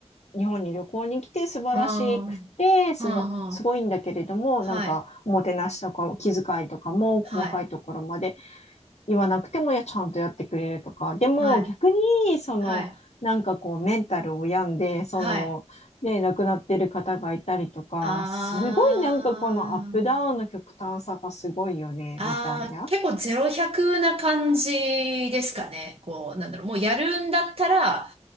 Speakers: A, on the left (about 65°); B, on the right (about 55°).
A: 日本に旅行に来て素晴らしくてすば、
B: ああ、は
A: すごいんだけれども、なんか、
B: あ、はい、
A: おもてなしとか気遣いとかも細かいところまで
B: はい、
A: 言わなくても、いや、ちゃんとやってくれるとか、でも逆に、
B: はい、
A: その、
B: はい、
A: なんかこう、メンタルを病んで、その、
B: はい、
A: ね、亡くなってる方がいたりとか、
B: ああ、
A: すごいなんかこのアップダウンの極端さがすごいよね、
B: ああ、
A: みたいな。
B: 結構ゼロ百な感じですかね。こう、なんだろう、もうやるんだったら、